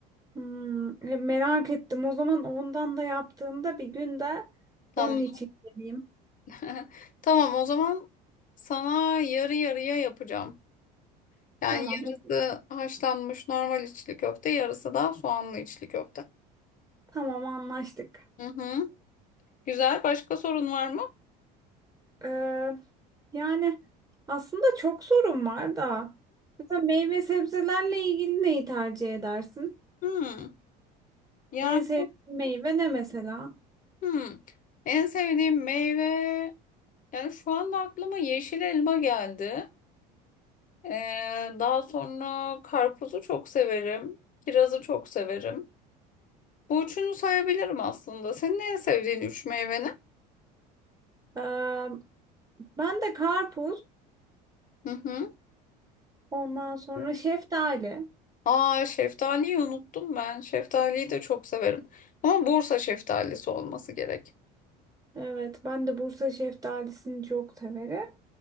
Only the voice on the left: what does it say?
Tamam.
<laughs> Tamam o zaman sana yarı yarıya yapacağım. Yani
yarısı haşlanmış normal içli köfte, yarısı da soğanlı içli köfte.
Hı hı. Güzel. Başka sorun var mı?
Hmm, yani
hmm. En sevdiğim meyve yani şu anda aklıma yeşil elma geldi. Ee, daha sonra karpuzu çok severim. Kirazı çok severim. Bu üçünü sayabilirim aslında. Senin en sevdiğin üç meyve ne?
Hı hı.
Hı?
Aa şeftaliyi unuttum ben. Şeftaliyi de çok severim. Ama Bursa şeftalisi olması gerek.